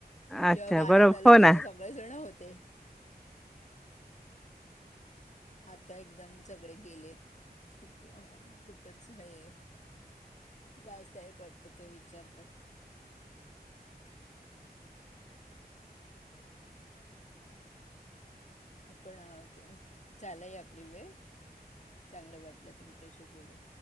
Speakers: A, in the centre; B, on the left.
A: अच्छा
B: जेव्हा बारात
A: बरोबर
B: आलं
A: हो
B: तेव्हा
A: ना.
B: सगळे जण होते आता एकदम सगळे गेलेत खूप खूपच हे त्रासदायक वाटत त विचार तर आपण झालंय आपली वेळ चांगलं वाटलं तुमच्याशी बोलून